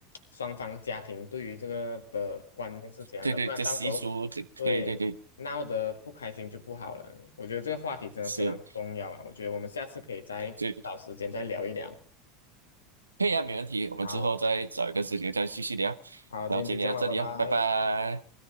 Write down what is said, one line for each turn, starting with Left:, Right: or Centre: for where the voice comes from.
Left: 双方家庭对于这个的观念是怎样的，
Right: 对对对，
Left: 不然到时候会闹得不开心就不好了。
Right: 这习俗，这对对对，
Left: 我觉得这个话题真的非常重要啊，
Right: 是，
Left: 我觉得我们下次可以再找时间再聊一聊。
Right: 这对，可以啊，没问题。我们之后再找一个时间再继续聊。
Left: 好好，
Right: 然后今天到这里啊，
Left: 今天就这样了，拜拜。
Right: 拜拜。